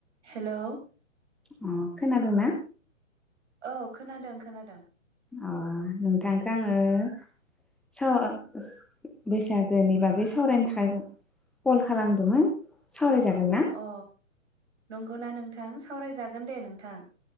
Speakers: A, on the right; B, in the centre.
A: Hello
B: अ खोनादोंना
A: औ खोनादों खोनादों
B: अ नोंथांखौ आङो समाव बैसागोनि बागै सावरायनो थाखाय कल खालामदोंमोन सावरायजागोन ना
A: अ नंगौना नोंथां सावरायजा गोन दे नोंथां